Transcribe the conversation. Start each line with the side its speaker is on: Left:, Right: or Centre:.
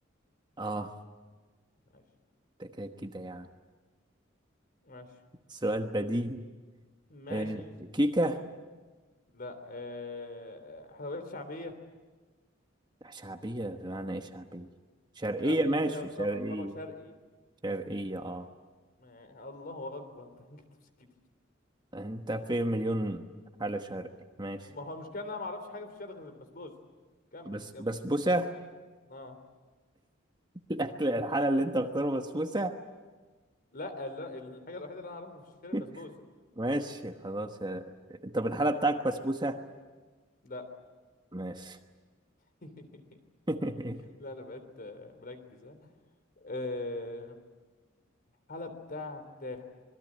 Right: آه،
Left: ماشي
Right: ده كده كده يعني
Left: ماشي
Right: سؤال بديهي
Left: ماشي
Right: آه، كيكة
Left: لا آه... حلويات شعبية
Right: شعبية معنى ايه شعبية شرقية
Left: شعبية
Right: ماشي
Left: اللي هي طبق
Right: شرقية
Left: طبق شرقي
Right: شرقية اه
Left: ما... الله أكبر <laughs> ده انت تفسكتي
Right: انت في مليون حالة شرقية ماشي
Left: ما هو المشكلة إن أنا معرفش حاجة في الشرق غير البسبوسة كمل
Right: بس
Left: كمل
Right: بسبوسة
Left: آه
Right: <laughs> الأكل الحالة
Left: <laughs>
Right: اللي انت مختاره بسبوسة
Left: لا لا الحاجة الوحيدة اللي أنا أعرفها في الشارع
Right: <laughs>
Left: بسبوسة
Right: ماشي خلاص آه، طب الحالة بتاعك بسبوسة
Left: لا
Right: ماشي
Left: <laughs>
Right: <laughs>
Left: لا أنا بقيت آه، مركز آه آه، حالة بتاعك ده